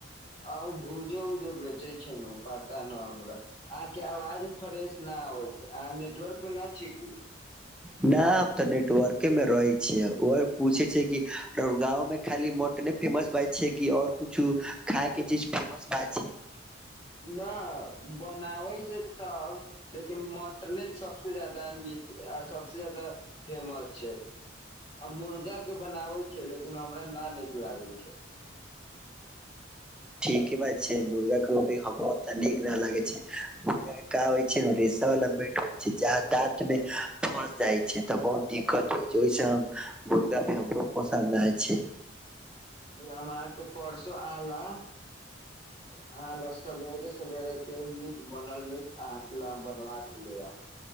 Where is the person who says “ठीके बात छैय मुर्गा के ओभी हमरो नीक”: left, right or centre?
Centre